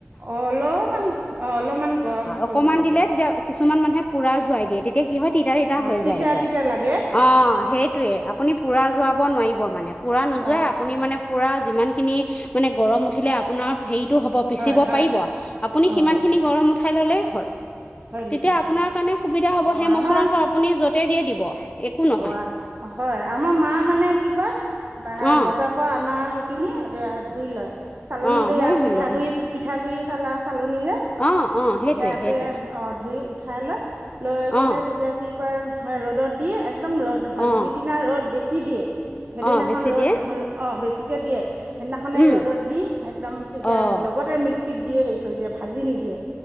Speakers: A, on the right (about 40°); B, on the left (about 25°).
A: অলপমান অ', অলপমান গৰম। কৰিব
B: অকণমান
A: লাগে
B: দিলে তেতিয়া কিছু মানুহে পুৰা তাৰ জোৱাই দিয়ে টিত এতিয়া কিহ তিতা তিতা
A: অ
B: হৈ যায় কয়
A: তিতা লাগে
B: অ সেই- টোৱে আপুনি পূৰা যোৱাব নোৱাৰিব মানে পূৰা নোযোৱ
A: অ
B: আপুনি মানে পূৰা যিমানখিনি মানে গৰম উঠিলে আপোনাৰ হেই হব পিচিব
A: হয় হয়
B: পাৰিব আপুনি
A: অ
B: সিমান খিনি গৰম উঠাই ললে হয়।
A: হয়
B: তেতিয়া
A: নেকি
B: আপোনাৰ কাৰণে সুবিধা হ'ব
A: অ
B: সেই
A: আমাৰ
B: মচলাটো আপুনি য'ত ততে দিয়ে দিব একো নহয়
A: অ হয় আমাৰ মা মানে কি কয় বা
B: অ
A: বজাৰ পৰা আনা সেই - খিনি ধুই লয় চালনীতে
B: অ মই
A: এয়া
B: ৰুলো
A: পিঠাগুৰি পিঠাগুৰি লাষ্ট চালনি যে
B: অ অ সেইটোৱে
A: সেআতে
B: সেইটোৱে
A: অ ধুই উঠ- ঠাই লৈ লৈ কেনে
B: অ
A: তেতিয়া কি কয় ৰ'দত ইয়ে এক একদম ৰ'দ হয়
B: অ
A: যিদিনা ৰ'দ বেছি চি দিয়ে সেইদিনাখন
B: অ বেছি
A: ৰ'দ
B: দিয়ে
A: হয় অ বেছি কে দিয়ে সেইদিনাখনে
B: উম
A: ৰ'দত দি একদম তেতিয়া
B: অ
A: লগতে মিক্স মিক্সিত দিয়ে হেৰি কৰি দিয় ভাজি নি-